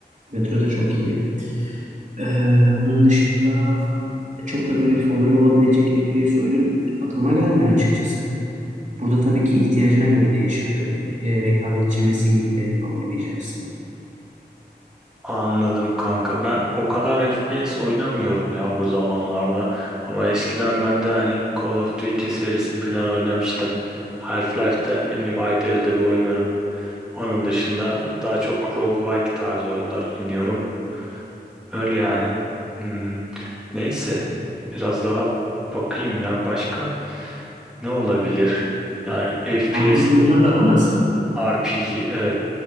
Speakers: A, on the right (about 45°); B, in the centre.
A: Metro da çok iyi. Ee, bunun dışında çok da böyle favori olabilecek FPS oyunu aklıma gelmiyor açıkçası. Burada tabii ki ihtiyacına göre değişir durum. Ee, rekabetçi mi, single player mi oynayacaksın?
B: Anladım kanka. Ben o kadar FPS oynamıyorum ya bu zamanlarda. Ama eskiden ben de hani Call of Duty serisini falan oynamıştım. Half-Life'da ne bileyim ayda yılda bir oynarım. Onun dışında daha çok roguelike tarzı oyunlar oynuyorum. Öyle yani. Hmm, neyse. Biraz daha bakayım ya. Başka ne olabilir? Yani FPS
A: RPG oyunlarla
B: değil.
A: aran nasıl?
B: RPG evet.